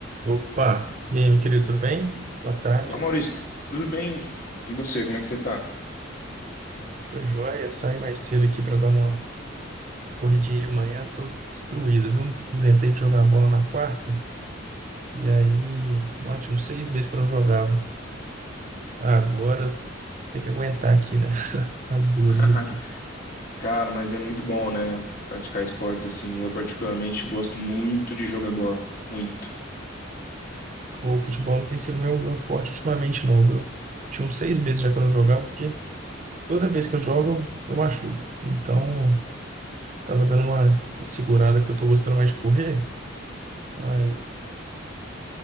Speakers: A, on the right; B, on the left.
A: Opa! E aí, meu querido, tudo bem? Boa tarde.
B: Olá, Maurício, tu- tudo bem? E você, como é que você tá?
A: Ô, Joia, eu saí mais cedo aqui para dar uma corridinha de manhã, tô destruído, viu? Inventei de jogar bola na quarta, e aí, nossa, tinha uns seis meses que eu não jogava. Agora tem que aguentar aqui, né? As dores
B: <laughs>
A: do futebol.
B: Cara, mas é muito bom, né? Praticar esportes assim. Eu, particularmente, gosto muito de jogar bola. Muito.
A: O futebol não tem sido meu, meu forte ultimamente, não, viu? Tinha uns seis meses já que eu não jogava, porque toda vez que eu jogo, eu machuco. Então, tava dando uma, uma segurada que eu tô gostando mais de correr. Aí.